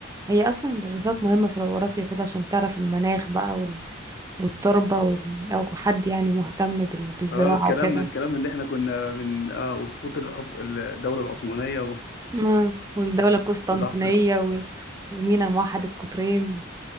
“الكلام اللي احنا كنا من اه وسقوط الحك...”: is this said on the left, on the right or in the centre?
Left